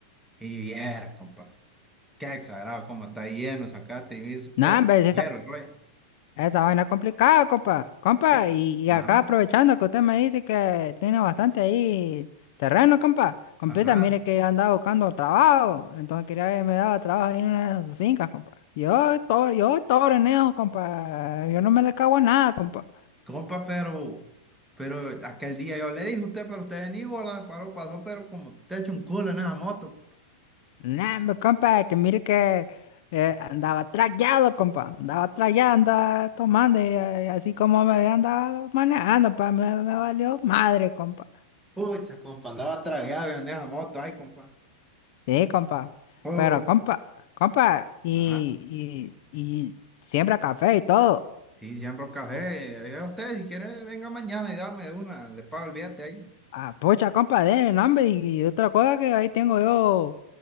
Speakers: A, in the centre; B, on the left.
A: y viera, compadre. Qué exagerado, cómo está lleno, sacate y eso,
B: Nada,
A: pero, pero, roya.
B: Esa vaina es complicada, compa. Compa,
A: Sí.
B: y, y
A: Ajá,
B: acá aprovechando que usted me dice que tiene bastante ahí terreno, compa. Compita,
A: ajá.
B: mire que andaba buscando trabajo. Entonces quería ver, me daba trabajo ahí en una de sus fincas, compa. Yo todo, yo todo renejo, compa. Yo no me le cago a nada, compa.
A: Compa, pero, pero aquel día yo le dije a usted, pero usted en Iguala paró, pasó, pero como te echó un culo en esa moto, compa.
B: Nah, hombre, compa, que mire que eh, andaba trayado, compa. Andaba trayado, andaba tomando y, eh, así como me había andado manejando, pa, me, me valió madre, compa.
A: Pucha, compa, andaba tragado en esa moto, ay, compa.
B: Sí, compa.
A: Pucha.
B: Pero, compa, compa, y,
A: Ajá.
B: y, y siembra café y todo.
A: Y siembro café. Y yo, usted, si quiere, venga mañana y dame una, le pago el billete ahí.
B: Ah, pucha, compa, de nombre. Y, y otra cosa que ahí tengo yo